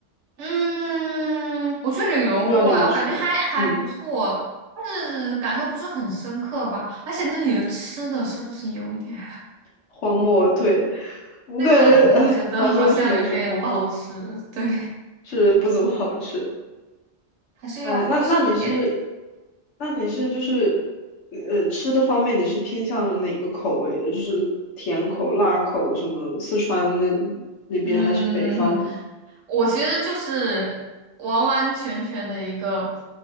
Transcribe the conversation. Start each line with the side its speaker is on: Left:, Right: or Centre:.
Right: 嗯，我去旅游过哎，
Left: 不知道你有没有去过？
Right: 我感觉还还不错，
Left: 嗯，
Right: 但是感受不是很深刻吧。而且那里的吃的是不是有一点？
Left: 荒漠，对，
Right: <laughs>
Left: 我感觉，
Right: 那个我觉得好像有点不好吃，
Left: 哎，杭州就是美食荒漠，
Right: 对，
Left: 是不怎么好吃。
Right: 还是要好吃一点的。
Left: 呃，那那你是，那你是就是，呃，吃的方面你是偏向哪个口味的？就是甜口、辣口，什么四川那那边还是北方？
Right: 嗯，我其实就是完完全全的一个